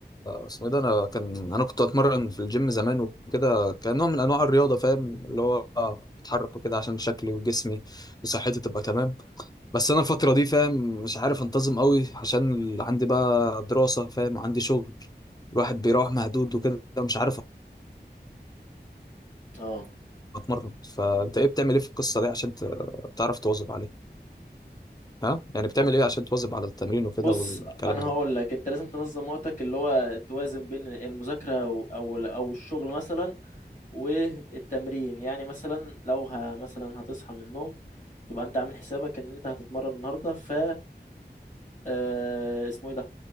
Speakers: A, on the left; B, on the left.
A: اسمه ايه ده انا كان انا كنت اتمرن في الجيم زمان وكده كان نوع من انواع الرياضه فاهم اللي هو اتحرك وكده عشان شكلي وجسمي وصحتي تبقى تمام بس انا الفتره دي فاهم مش عارف انتظم قوي عشان ال- عندي بقى دراسه فاهم عندي شغل الواحد بيروح مهدود وكده مش عارف
B: اه
A: اتمرن فانت ايه بتعمل ايه في القصه دي عشان ت- تعرف تواظب عليها ها يعني بتعمل
B: و-
A: ايه عشان تواظب على التمرين وكده
B: بص
A: والكلام
B: انا هقول لك انت لازم تنظم وقتك اللي هو توازن بين المذاكره و- او او الشغل مثلا والتمرين يعني مثلا لو ه... مثلا هتصحى من النوم تبقى انت عامل حسابك ان انت هتتمرن النهارده ف آه، اسمه ايه ده